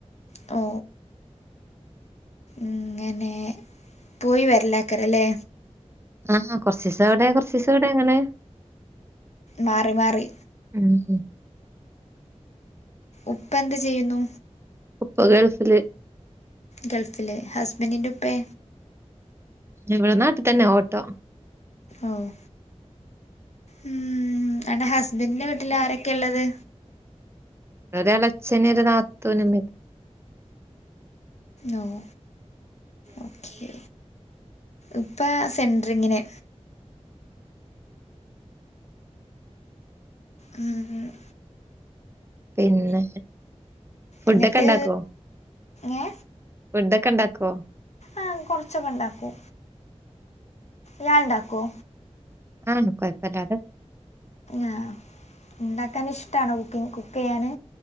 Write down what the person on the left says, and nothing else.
ഓ ഇങ്ങനെ പോയി വരലക്കരല്ലേ?
മാറി മാറി
ഉപ്പ എന്ത് ചെയ്യുന്നു
ഗൾഫില് ഹസ്ബന്റി ന്റെ ഉപ്പേ
ആഹ് ഉമ് എന്റെ ഹസ്ബന്റി ന്റെ വീട്ടിൽ ആരൊക്കെയ ഉള്ളത്
ഓഹ് ഓക്കേ ഇപ്പ സെൻററിങ്ങനെ ഉമ് ഉമ്
എന്നിട്ട്
ഏ
ആഹ് കൊറച്ചൊക്കെ ഉണ്ടാക്കൂ ഞാൻ ഇണ്ടാക്കുവ
ആഹ് ഉണ്ടാക്കൻ ഇഷ്ടണോ കുക്കിങ് കുക്ക് ചെയ്യാന്